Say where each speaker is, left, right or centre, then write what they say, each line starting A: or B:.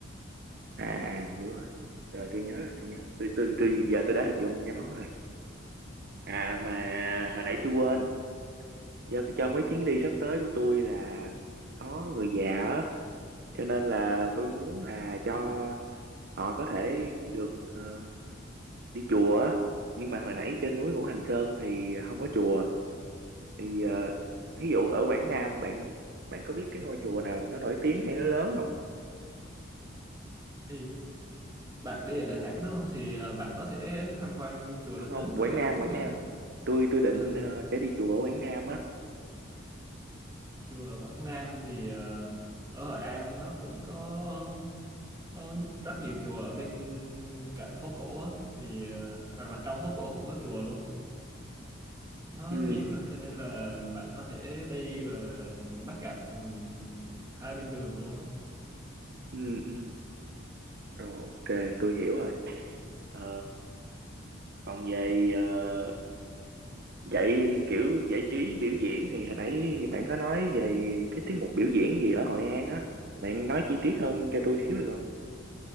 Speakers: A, on the right (about 55°); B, on the right (about 20°).
A: à à, hiểu rồi rồi tôi nhớ rồi tôi nhớ tôi tôi tôi giờ tôi đã hình dung cái món rồi à mà hồi nãy tôi quên do trong cái chuyến đi sắp tới của tôi là có người già á cho nên là tôi muốn là cho họ có thể được ờ, đi chùa á nhưng mà hồi nãy trên núi Ngũ Hành Sơn thì không có chùa thì ờ, ví dụ ở Quảng Nam bạn bạn có biết cái ngôi chùa nào nó nổi tiếng hay nó lớn không
B: thì bạn đi ở Đà Nẵng đúng không thì à, bạn có thể tham quan chùa
A: không
B: Linh
A: không
B: Ứng
A: Quảng
B: ở Đà
A: Nam
B: Nẵng
A: Quảng
B: nữa
A: Nam tôi tôi định
B: À,
A: ờ, sẽ đi chùa ở Quảng Nam á
B: chùa Quảng Nam thì ờ, ở Hội An nó cũng có nó rất nhiều chùa ở bên cạnh phố cổ á thì ờ, hoặc là trong phố cổ cũng có chùa luôn nó
A: ừ
B: nhiều lắm cho nên là bạn có thể đi và bắt gặp ừm, hai bên đường luôn á
A: ừ ừ rồi ok tôi hiểu rồi Ờ, còn về ờ, Vậy kiểu giải trí biểu diễn thì hồi nãy bạn có nói về cái tiết mục biểu diễn gì ở Hội An á. Bạn nói chi tiết hơn cho tôi xíu được không?